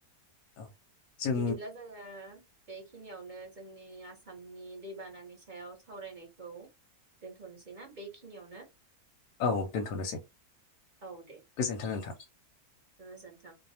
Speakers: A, on the left; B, on the right.
A: औ जों
B: बिदिब्ला जोङो बेखिनियावनो जोंनि आसामनि दैबानानि सायाव सावरायनायखौ दोनथ'नोसै ना बेखिनियावनो
A: औ दोनथ'नोसै
B: औ दे
A: गोजोन्थों नोंथां।
B: गोजोन्थों